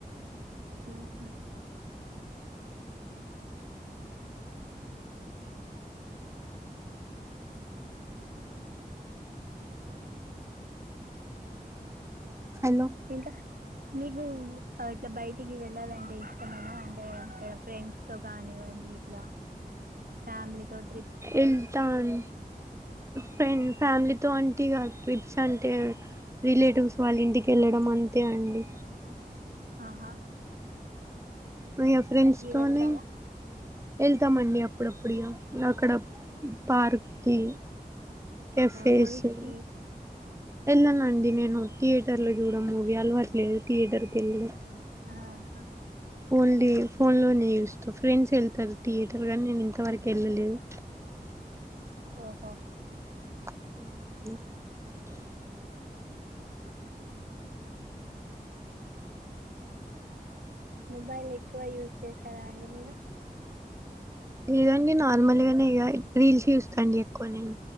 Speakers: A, on the right; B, on the right.
A: ఉహు
B: హలో
A: ఇంకా మీకు ఇట్లా బయటికి వెళ్ళాలంటే ఇష్టమేనా అంటే అక్కడ ఫ్రెండ్స్ తో కాని అండి కాని ఇట్లా ఫ్యామిలీతో ట్రిప్
B: ఎల్తాన్ ఫ్రెం ఫ్యామిలీతో అంటి ట్రిప్స్ అంటే రిలేటివ్స్ వాళ్ళ ఇంటికి వెళ్ళడం అంతే అండి
A: ఆహ
B: ఉ ఇ ఫ్రెండ్స్ తోనే
A: వెళ్తారా
B: వెళ్తామండి అప్పుడప్పుడు ఇయ అక్కడ పార్క్ కి కెఫెసు
A: మూవీస్కి
B: వెళ్ళనండి నేను థియేటర్లో చూడడం మూవీ అలవాట్లేదు థియేటర్కి వెళ్ళడం
A: ఆహా
B: ఓన్లీ ఫోన్లోనే చూస్త ఫ్రెండ్స్ వెళ్తారు థియేటర్ కానీ నేను ఇంతవరకు వెళ్ళలేదు
A: ఓహో
B: అ
A: మొబైల్ ఎక్కువ యూస్ చేశారా అండి మీరు
B: లేదండి నార్మల్గానే ఇగ రీల్స్ చూస్తాండి ఎక్కువ నేను